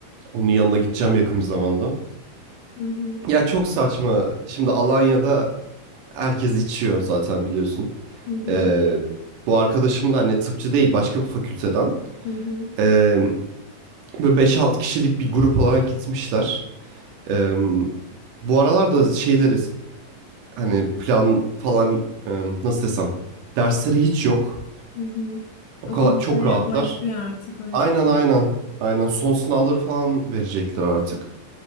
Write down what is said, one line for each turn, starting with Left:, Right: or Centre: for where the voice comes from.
Right: Onun yanına gideceğim yakın bir zamanda.
Left: Hı hı
Right: Ya çok saçma. Şimdi Alanya'da herkes içiyor zaten biliyorsun.
Left: hı hı
Right: Ee, bu arkadaşım da hani tıpçı değil başka bir fakülteden.
Left: hı hı.
Right: Ee, böyle beş 6 kişilik bir grup olarak gitmişler. Ee, bu aralarda şeyleri hani plan falan e, nasıl desem dersleri hiç yok.
Left: hı hı.
Right: O
Left: Okul
Right: kadar,
Left: bitmeye
Right: çok rahatlar.
Left: yaklaştı ya artık o yüzden.
Right: Aynen aynen. Aynen son sınavları falan verecekler artık.